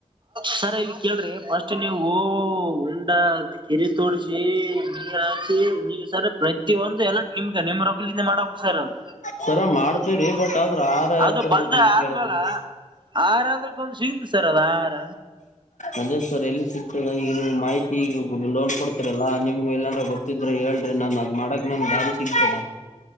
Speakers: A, on the right; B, on the left.
A: ಸರ್ ಇಲ್ಲಿ ಕೇಳ್ರಿ ಫಸ್ಟ್ ನೀವು ಉಂಡ ಕೆರೆ ತೋಡ್ಸಿ. ನೀರ್ ಹಾಕಿ ನೀವ್ ಸರ ಪ್ರತಿಯೊಂದು ಎಲ್ಲ ನಿಮ್ಗ ನಿಮ್ ರೊಕಲಿಂದ ಮಾಡಬೇಕು ಸರ್ ಅದು.
B: ಸರ ಮಾಡ್ತ. ವಿ ಬಟ್ ಆದ್ರೆ ಆಹಾರ ಯಾರ್
A: ಅದು
B: ತರ್ಬೇಕ
A: ಬಂದ
B: ಅಂತ
A: ಆದ್ಮೇಲ
B: ಕೇಳತೇನಿ.
A: ಆಹಾರ ಅದಕ್ಕೊಂದು ಸಿಗತ್ ಸರ್ ಅದ ಆಹಾರ
B: ಅದೇ ಸರ್ ಎಲ್ಲಿ ಸಿಗ್ತದೆ ಈಗ ನಿಮ್ಗೆ ಮಾಹಿತಿ ಈಗ ಲೋನ್ ಕೊಡ್ತ. ಇಲ್ಲಾ ನಿಮ್ಗೆ ಎಲ್ಲಾಂದ್ರ ಗೊತ್ತಿದ್ರೆ ಹೇಳ್ರಿ ನನ್ ಅದ್ ಮಾಡಾಕ್ ನನ್ ಬಾರಿ ಸಿಗ್ತದ.